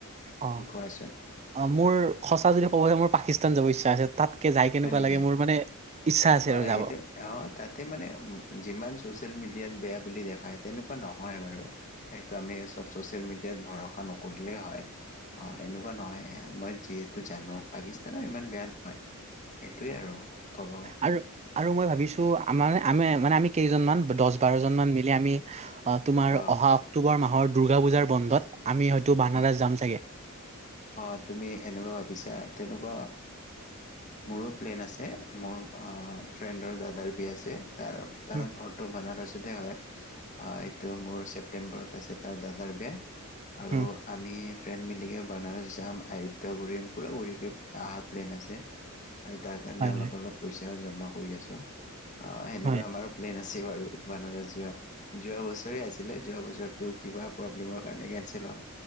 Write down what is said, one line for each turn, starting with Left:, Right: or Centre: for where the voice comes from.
Right: অ
Left: কোৱাচোন
Right: মোৰ সঁচা যদি ক'ব যে মোৰ পাকিস্তান যাব ইচ্ছা আছে তাত যাই কেনেকুৱা
Left: হয় নেকি?
Right: লাগে মোৰ মানে আছে
Left: অ
Right: আৰু
Left: সেইটো
Right: যাব
Left: অ তাতে মানে যিমান চচিয়েল মিডিয়াত বেয়া বুলি দেখা তেনেকুৱা নহয় বাৰু সেইটো আমি চব চচিয়েল মিডিয়াত ভৰা নকৰিলে হয় অ এনেকুৱা নহয় মই যিহেতু জানো পাকিস্তানৰ ইমান বেয়া নহয় সেইটোৱে আৰু কব গ
Right: আৰু আৰু মই ভাবিছো আমাৰ আমি মানে আমি কেইজনমান দহ বাৰজন মান মিলি আমি তোমাৰ
Left: অ',
Right: অহা অক্টোবৰ মাহৰ দুৰ্গা পূজাৰ বন্ধত আমি হয়তো বানডাস
Left: অ',
Right: যাম চাগে
Left: অ তুমি এনেকুৱা ভাবিছা তেনেকুৱা মোৰো প্লেন আছে মোৰ ফ্ৰেণ্ডৰ দাদাৰ বিয়া আছে তাৰ তাৰ
Right: উম
Left: ঘৰটো বনাৰ ছতে হয় এইটো মোৰ চেফ মাতিম বাৰু তাৰ পাছত দাদা বিয়া আৰু
Right: উম,
Left: আমি ফ্ৰেন্ড মিলাই বানাৰস যাম আয়োধা ঘূৰিম পুৰা ঘৰিকৈ অহা প্লেন আছে আৰু তাৰ কাৰণে
Right: হয়
Left: অলপ
Right: হয়
Left: অলপ পইচা জমা কৰি আছো অ সেনেকুৱা
Right: হয়।
Left: আমাৰো প্লেন আছে। আছে বাৰু বানাৰস যোৱা যোৱা বছৰে আছিলে যোৱা বছৰ ত কিবা প্ৰব্লেমৰ কাৰণে কেচেল হ'ল